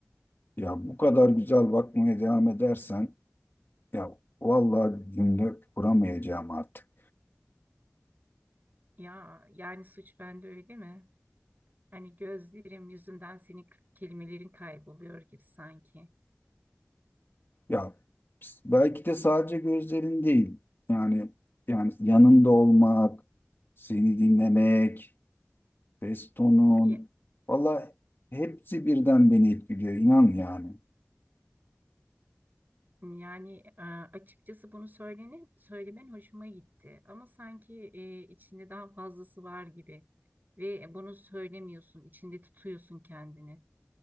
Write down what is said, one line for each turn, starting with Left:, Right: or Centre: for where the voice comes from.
Left: ya bu kadar güzel bakmaya devam edersen ya vallahi cümle kuramayacağım artık.
Right: Ya, yani suç bende öyle mi? Hani gözlerim yüzünden senin k- kelimelerin kayboluyor gibi sanki.
Left: Ya belki de sadece gözlerin değil. Yani yani yanında olmak, seni dinlemek, Feston'un.
Right: Ya-
Left: Valla hepsi birden beni etkiliyor inan yani.
Right: Yani e, açıkçası bunu söylenin, söylemen hoşuma gitti. Ama sanki e, içinde daha fazlası var gibi. Ve bunu söylemiyorsun, içinde tutuyorsun kendini.